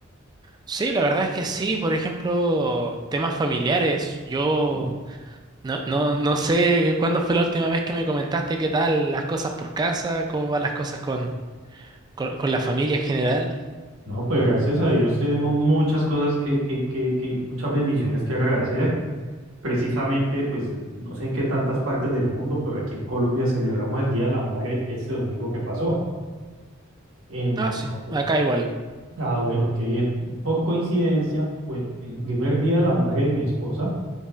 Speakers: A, on the right; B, on the right.
A: Sí, la verdad es que sí, por ejemplo, temas familiares. Yo
B: Mm.
A: no, no, no sé cuándo fue la última vez que me comentaste qué tal las cosas por casa, cómo van las cosas con, con, con la familia en general.
B: No, pues gracias a Dios tenemos muchas cosas que, que, que, que, muchas bendiciones que agradecer. Precisamente, pues no sé en qué tantas partes del mundo, pero aquí en Colombia celebramos el Día de la Madre este domingo que pasó. Entonces,
A: Ah, sí, acá igual.
B: ah, bueno, qué bien. Por coincidencia, fue el primer Día de la Madre de mi esposa,